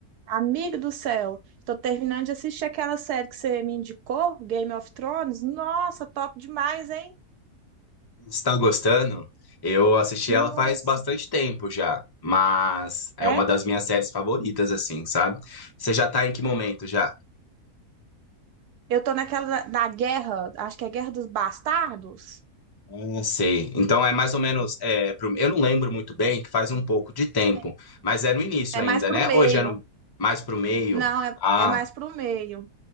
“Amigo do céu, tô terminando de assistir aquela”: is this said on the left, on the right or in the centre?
Right